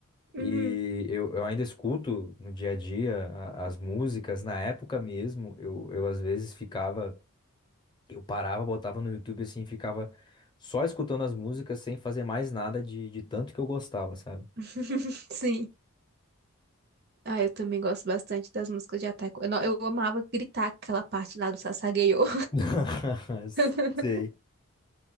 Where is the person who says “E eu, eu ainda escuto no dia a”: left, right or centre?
Left